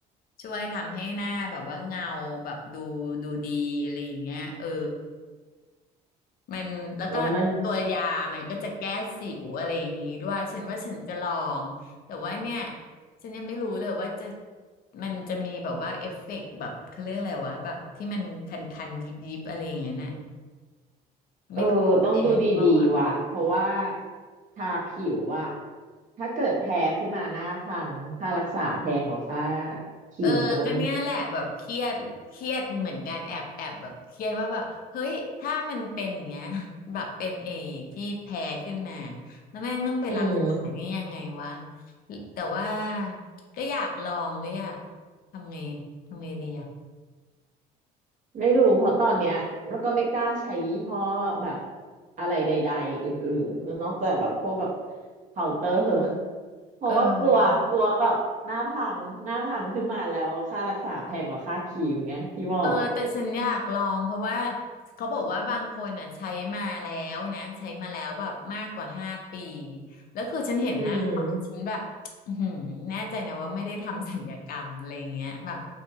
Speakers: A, on the left; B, on the right.
A: ช่วยทำให้หน้าแบบว่าเงาแบบดูดูดีอะไรอย่างเงี้ยเออ มันแล้วก็ตัวยามันก็จะแก้สิวอะไรอย่างนี้ด้วยฉันว่าฉันจะลองแต่ว่าเนี่ย
B: แล้วมัน
A: ฉันยังไม่รู้เลยว่าจะมันจะมีแบบว่าเอฟเฟกต์แบบเขาเรียกอะไรวะแบบที่มันคันๆยิบๆอะไรอย่างเงี้ยน่ะ
B: เออต้องดูดีๆว่ะเพราะว่า
A: ไม่รู้แพ้หรือเปล่าวะ
B: ทาผิวว่ะถ้าเกิดแพ้ขึ้นมาหน้าพังค่ารักษาแพงกว่าค่าครีมนะเว้ย
A: เออก็เนี้ยแหละแบบเครียดเครียดเหมือนกันแอบแอบแบบเครียดว่าแบบเฮ้ยถ้ามันเป็นอย่างเงี้ย <laughs> แบบเป็นเอที่แพ้ขึ้นมาแล้วแม่งต้องไปรักษานี่ยังไงวะ
B: อืม
A: แต่ว่าก็อยากลองด้วยอะทำไงทำไงดีอะ
B: ไม่รู้เพราะตอนเนี้ยแล้วก็ไม่กล้าใช้ยี่ห้อแบบอะไรใดๆอื่นๆก็นอกจากแบบพวกแบบเคาน์เตอร์ เพราะว่ากลัวกลัวแบบหน้าพังหน้าพังขึ้นมาแล้วค่ารักษาแพงกว่าค่าครีมไงที่บอก
A: เออ เออแต่ฉันอยากลองเพราะว่าเขาบอกว่าบางคนอ่ะใช้มาแล้วนะใช้มาแล้วแบบมากกว่าห้าปีแล้วคือฉันเห็นหน้าเขาแล้วฉันแบบอือหือแน่ใจนะว่าไม่ได้ทำศัลยกรรมอะไรเงี้ยแบบ
B: อืม